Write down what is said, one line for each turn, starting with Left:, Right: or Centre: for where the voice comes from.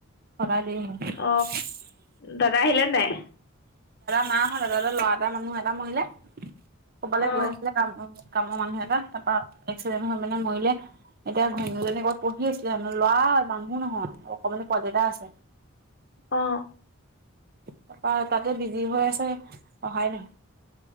Right: <inaudible>
Left: অ দাদা আহিলে নাই?
Right: নাই দাদা দাদা লৰা এটা মানুহ এটা মৰিলে ক'বালৈ
Left: অ
Right: গৈ আছিলে কামৰ মানুহ এটা তাৰপা এক্সিডেণ্ট হৈ মানে মৰিলে। এতিয়া ঘৈনীজনী ক'ৰবাত পঢ়ি আছিলে‌ হেনো ল'ৰা মানুহো নহয় অকণমানি পোৱলি এটা আছে।
Left: অ
Right: তাপা তাতে বিজি হৈ আছে। অহাই নাই